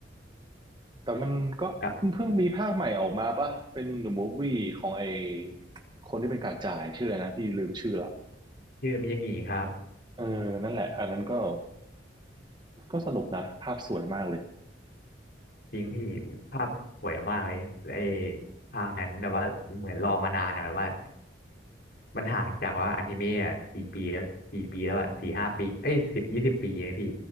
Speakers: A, on the right; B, on the left.
A: แต่มันก็เพิ่งมีภาคใหม่ออกมาป่ะเป็นหนูมูฟวี่ของไอ
B: ครับ
A: คนที่เป็นกากจ่ายชื่ออะไรนะพี่ลืมชื่อละ
B: ชื่อมิยางิครับ
A: เออนั่นแหละอันนั้นก็ก็สนุกนะภาพสวยมากเลย
B: จริงพี่ภาพสวยมากเลยไอ้ภาคนั้นแบบว่าเหมือนรอมานานอะแบบว่า มันห่างจากว่าอนิเมะอกี่ปีแล้วกี่ปีแล้วอ่ะสี่ห้าปีเอ้ยสิบยี่สิบปีเองพี่